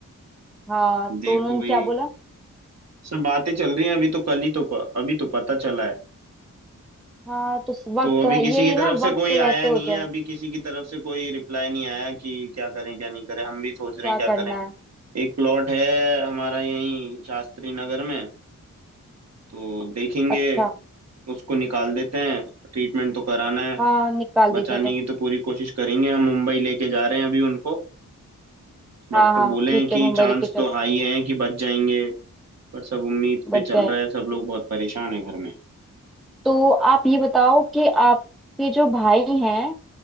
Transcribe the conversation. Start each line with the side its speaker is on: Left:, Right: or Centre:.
Centre: हाँ
Right: देखो
Centre: तो उन्होंने
Right: भाई
Centre: क्या बोला
Right: सब बातें चल रही हैं अभी तो कल ही तो प, अभी तो पता चला है
Centre: हाँ तो स- वक्त
Right: तो अभी
Centre: तो है
Right: किसी
Centre: ये
Right: की
Centre: ये
Right: तरफ
Centre: ना
Right: से
Centre: वक्त
Right: कोई
Centre: रहते
Right: आया
Centre: हो
Right: नहीं
Centre: जाए
Right: है अभी किसी की तरफ से कोई रिप्लाई नहीं आया कि क्या करें क्या नहीं करें हम भी सोच रहे
Centre: क्या
Right: हैं क्या
Centre: करना
Right: करें
Centre: है
Right: एक प्लॉट है हमारा यहीं शास्त्री नगर में तो देखेंगे
Centre: अच्छा
Right: उसको निकाल देते हैं ट्रीटमेंट तो कराना है
Centre: हाँ निकाल
Right: बचाने
Centre: दीजिए
Right: की तो पूरी कोशिश करेंगे हम मुंबई लेके जा रहे हैं अभी उनको डॉक्टर
Centre: हाँ हाँ
Right: बोले
Centre: ठीक
Right: हैं कि
Centre: है मुंबई
Right: चांस
Centre: लेके जाओ
Right: तो हाई है कि बच जाएंगे पर सब उम्मीद पे
Centre: बच
Right: चल
Centre: जाएंगे
Right: रहा है सब लोग बहुत परेशान है घर में
Centre: तो आप ये बताओ कि आपके जो भाई हैं